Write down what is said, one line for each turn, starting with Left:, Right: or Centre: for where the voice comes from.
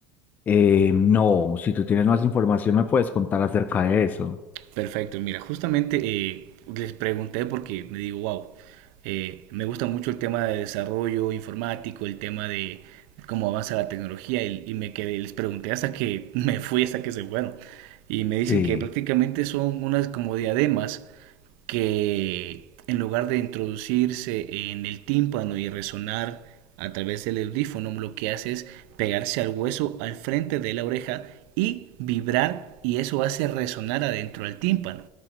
Left: Eh, no, si tú tienes más información me puedes contar acerca de eso.
Right: Perfecto, mira, justamente eh, les pregunté porque me digo, wow, eh, me gusta mucho el tema de desarrollo informático, el tema de cómo avanza la tecnología y, y me quedé, les pregunté hasta que <laughs> me fui, hasta que se fueron. Y me dicen
Left: Sí.
Right: que prácticamente son unas como diademas que en lugar de introducirse en el tímpano y resonar a través del audífono, lo que hace es pegarse al hueso al frente de la oreja y vibrar y eso hace resonar adentro del tímpano.